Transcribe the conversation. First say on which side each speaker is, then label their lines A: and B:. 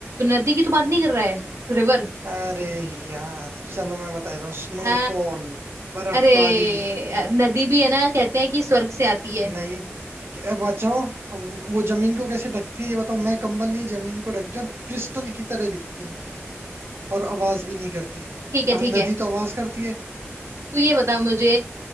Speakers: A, on the right (about 85°); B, on the right (about 60°).
A: नदी की तो बात नहीं कर रहा है रिवर
B: अरे यार चलो मैं बता देता हूँ स्नोफॉल
A: आ,
B: बर्फबारी
A: अरे नदी भी है ना कहते हैं कि स्वर्ग से आती है
B: नहीं ए, बचाओ वो जमीन को कैसे ढकती है ये बताओ मैं कंबल नहीं जमीन को ढकती हूँ और क्रिस्टल की तरह दिखती हूँ और आवाज भी नहीं करती
A: ठीक है
B: हाँ
A: ठीक
B: नदी
A: है
B: तो आवाज करती है
A: तू ये बता मुझे